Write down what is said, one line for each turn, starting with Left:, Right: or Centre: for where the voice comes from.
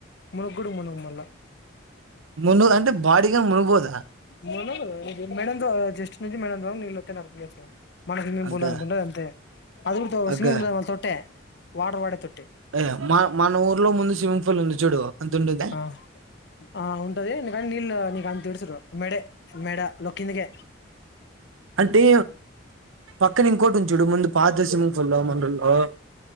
Left: మునుగ్గుడు మునుగ మళ్ళా
Right: మునుగు అంటే బాడిగా మునుగబోదా
Left: నను మేడంద జస్ట్ నుంంచి మేడంద నిలతే నడద స మన స్విమ్మింగ్
Right: అగ్గా
Left: పూల్ అనే ఉంటదు అంతే అది కూడా
Right: అగ్గా
Left: స్విమ్మింగ్ పూల్ మ తొట్టే వాటర్ వాడే తొట్టే
Right: ఏ మా మన ఊర్లో ముందు స్విమ్మింగ్ పూల్ ఉంది చూడు అంత ఉంటుందా
Left: ఆ ఆ ఉంటది నకా నీల్ నీకా అంతడ్స్రు మెడ మేడ లోొకిందక
Right: అంటే పక్కన ఇంకోటి ఉంచుడు ముందు పదర్శం ఫుల మన ఓ